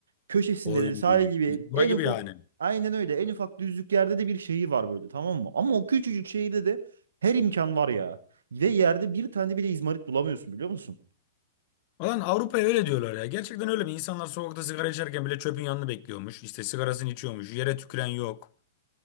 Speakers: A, on the right (about 75°); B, on the left (about 45°).
A: Köşesinde
B: Oy.
A: de sahil gibi
B: Biz Bura
A: en
B: gibi
A: ufak
B: yani.
A: aynen öyle en ufak düzlük yerde de bir şehir var böyle tamam mı? Ama o küçücük şehirde de her imkan var ya. Ve yerde bir tane bile izmarit bulamıyorsun biliyor musun?
B: Ulan Avrupa'ya öyle diyorlar ya. Gerçekten öyle mi? İnsanlar sokakta sigara içerken bile çöpün yanını bekliyormuş. İşte sigarasını içiyormuş. Yere tüküren yok.